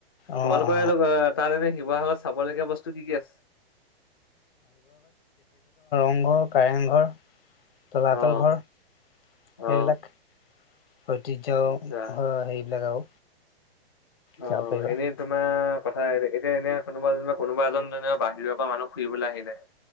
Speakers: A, on the left; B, on the left.
A: অ
B: তোমালোকৰ
A: অ
B: অলপ তাত এনে শিৱ সাগৰত চাবলগীয়া বস্তু কি- কি আছে?
A: ৰং ঘৰ, কাৰেং ঘৰ, তলাতল
B: অ
A: ঘৰ সেইবিলাক।
B: অ
A: ঐতিহ্য
B: আচ্ছা
A: হয় সেইবিলাক আৰু
B: অহ,
A: যাব পাৰিবা
B: এনে তোমাৰ কথা এতিয়া এনে কোনোবা যেন কোনোব এজন যেনিব বাহিৰৰ পৰা মানুহ ফুৰিবলৈ আহিলে